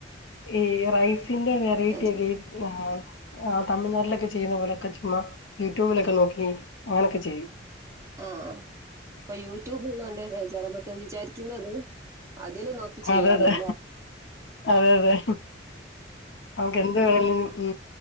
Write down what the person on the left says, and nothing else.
ഏ റൈസിന്റെ വെറൈറ്റി
ഒക്കെ ആ ആ തമിഴ്നാട്ടിലൊക്കെ ചെയ്യുന്ന പോലെൊക്കെ ചുമ്മാ യൂട്യൂബിലൊക്കെ നോക്കി അങ്ങനെയൊക്കെ ചെയും.
അതെ അതെ അതെ അതെ നമുക്ക് എന്ത് വേണും ഉ